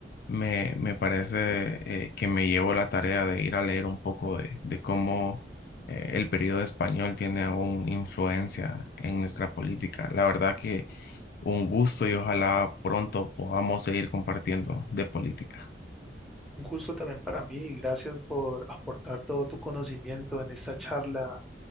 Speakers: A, on the left (about 55°); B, in the centre.
A: me, me parece eh, que me llevo la tarea de ir a leer un poco de, de cómo... eh, El periodo español tiene aún influencia en nuestra política. La verdad que un gusto y ojalá pronto podamos seguir compartiendo de política.
B: Un gusto también para mí y gracias por aportar todo tu conocimiento en esta charla.